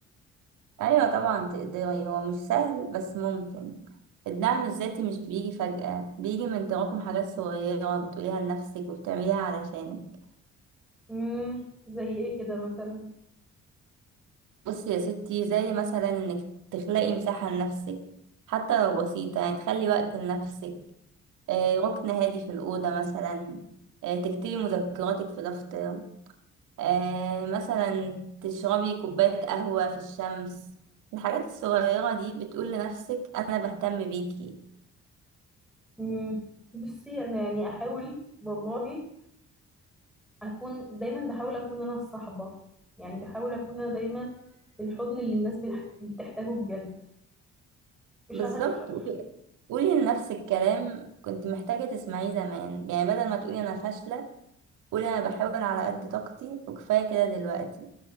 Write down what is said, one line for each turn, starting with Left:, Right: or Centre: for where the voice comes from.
Right: ايوه طبعا تقدري هو مش سهل بس ممكن الدعم الذاتي مش بيجي فجأة بيجي من تراكم حاجات صغيرة بتقوليها لنفسك وبتعمليها علشانك
Centre: مم. زي ايه كده مثلا
Right: بصي يا ستي زي مثلا انك تخلقي مساحة لنفسك حتى لو بسيطة يعني تخلي وقت لنفسك آه، ركن هادي في الأوضة مثلا آه، تكتبي مذكراتك في دفتر آه مثلا تشربي كوباية قهوة في الشمس الحاجات الصغيرة دي بتقول لنفسك أنا بهتم بيكي
Centre: مم. بصي انا يعني احاول والله اكون دايما بحاول اكون انا الصحبة يعني بحاول اكون انا دايما الحضن اللي الناس بتح- بتحتاجه بجد مش
Right: بالظبط
Centre: عارفة
Right: قولي قولي لنفسك كلام كنت محتاجة تسمعيه زمان يعني بدل ما تقولي أنا فاشلة قولي أنا بحاول على قد طاقتي وكفاية كده دلوقتي